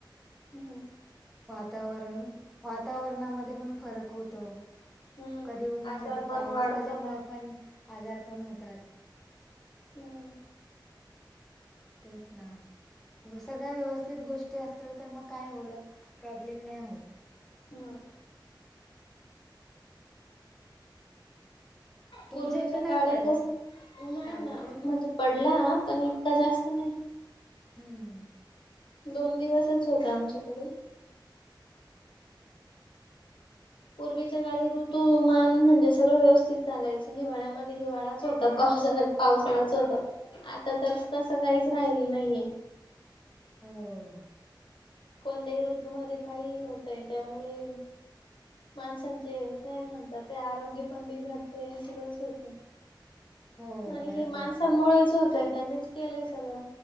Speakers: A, on the left; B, in the centre.
A: हं हं
B: वातावरण वातावरणामधे पण फरक होतो.
A: हम्म
B: कधी ऊन,
A: आजार
B: कधी
A: पण
B: पाऊस
A: वाढत
B: त्याच्यामुळे
A: मग
B: पण आजार पण होतात.
A: हं
B: तेच ना सगळ्या व्यवस्थित गोष्टी असतील. तर मग काय एवढ प्रॉब्लेम नाही होत.
A: हम
B: तुमच्या
A: पुर्वीच्या
B: इथं नाही
A: काळी
B: पडलं
A: कस नाही
B: काय बोलते
A: ना म्हणजे पडला पण इतका जास्त नाही
B: हम्म
A: दोन दिवसच होता आमच्याकडे पुर्वीच्या काळी ऋतूमान म्हणजे सगळ व्यवस्थित चालायच हिवाळ्यामध्ये हिवाळाच होता पावसाळ्यात पावसाळाच होत आता तर तस काहीच राहिल नाहीये
B: हम
A: कोणत्याही ऋतू मधे काहीही होतय त्यामुळे माणसांचे काय म्हणतात ते आरोग्य पण बिघडतय सगळच होतय
B: हो
A: आणि
B: बरोबर
A: हे माणसांमुळेच होतय त्यांनीच केलय सगळ